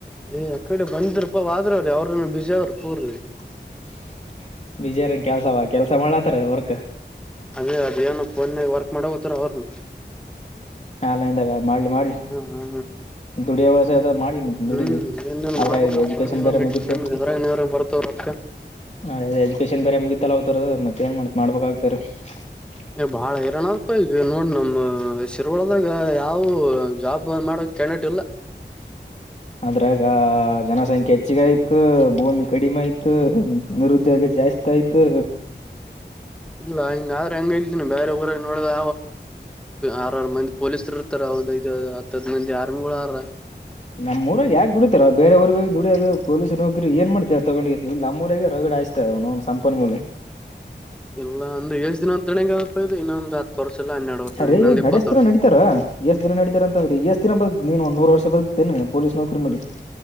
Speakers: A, in the centre; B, on the left (about 40°).
A: ಎ ಅಕಡೆ ಬಂದ್ರಪಾ ಹೋದ್ರ ಅವ್ರ ಯಾರೋ ಬಿಜಾಪುರಿಗಿ.
B: <unintelligible> ಕೆಲ್ಸವಾ ಕೆಲ್ಸ ಮಾಡಾತ್ತಾರ ವರ್ಕ್.
A: ಅದೇ ಅದೇನ್ ಫೋನ್ಯಗ್ ವರ್ಕ್ ಮಾಡ ಹೋತಾರ ಅವ್ರ್ನ.
B: ಆನ್ಲೈನ್ದಾಗ ಮಾಡ್ಲಿ ಮಾಡ್ಲಿ
A: ಹ
B: ದುಡಿಯೋ ವಯಸ ಮಾಡ್ಲಿ
A: ಹ್ಮ್
B: ದುಡಿಲಿ
A: ಏನೇನ್
B: ಅದ್ರಾಗ್
A: ಮಾಡ್ಬೇಕಪ್ಪ
B: ಎಜುಕೇಶನ್
A: ನೀವ
B: ಬೇರೆ ಮುಗಿತ್ತು.
A: ಇದ್ರಾಗ ನೀವ್ರ ಬರ್ತವ ರೊಕ್ಕ
B: ಅ ಎಜುಕೇಶನ್ ಬೇರೆ ಮುಗಿತ್ತಲ್ಲ ಅವತುರ್ದು ಮತ್ತೇನ್ ಮಾಡ ಮಾಡ್ಬೇ <unintelligible>
A: ಎ ಬಾಳ ಹೈರಣ ಆತ್ <unintelligible> ಟ್ರೊಲ್ದಾಗ ಯಾವು ಅ ಜಾಬ್ ಮಾಡೋ ಕ್ಯಾಂಡೇಟ್ ಇಲ್ಲ.
B: ಅದ್ರಾಗ ಆ ಜನಸಂಖ್ಯೆ ಹೆಚ್ಚಿಗೆ ಆಯ್ತು ಭೂಮಿ ಕಡಿಮೆ ಆಯ್ ಯ್ತು
A: ಹ್ಮ
B: ನಿರುದ್ಯೋಗ ಜಾಸ್ತಿ ಆಯ್ತು.
A: ಇಲ್ಲಾ ಹಿಂಗ್ ಆದ್ರ <unintelligible> ಬ್ಯಾರೆ ಊರಾಗ್ ನೋಡದಾ ಆರ ಆರ್ ಮಂದಿ ಪೊಲೀಸರ್ ಇರ್ತಾರ್. <unintelligible> ಹತ್ತ <unintelligible> ಮಂದಿ <unintelligible>
B: ನಮ್ಮ್ಊರಾಗ ಯಾಕ್ ದುಡಿತಾರ ಬೇರೆ ಊರಿಗೋಗಿ ದುಡಿಯದ ಪೊಲೀಸ್ ನೌಕರಿ ಏನ್ ಮಾಡ್ತಿಯ ತಗೊಂಡೋ ಇ ನಮ್ಮ ಊರಾಗ ರಗಡ್ <unintelligible> ನೌನ್ ಸಂಪನ್ಮೂಲ.
A: ಇಲ್ಲ ಅಂದ ಎಷ್ಟ್ ದಿನ ಅಂತ <unintelligible> ಇನ್ನೊಂದು ಹತ್ತ ವರ್ಷ. ಇಲ್ಲ ಹನ್ನೆರಡು ವರ್ಷ
B: ಅರೇ
A: ಇನ್ನೊಂದ್ ಇಪ್ಪತ್ತು
B: ನಡೇಸ್ತರ
A: ವರ್ಷ
B: ನಡೀತಾರ ಎಷ್ಟ ದಿನ ನಡೀತಾರ ಅಂತ <unintelligible> ಎಷ್ಟ ದಿನ ಬದಕ್ತಿ ನೀನ್ ಒಂದ ನೂರು ವರ್ಷ ಬದಕ್ತಿ ಏನ್ ಪೊಲೀಸ್ ನೌಕರಿ
A: ಹ್ಮ್
B: ಮಾಡಿ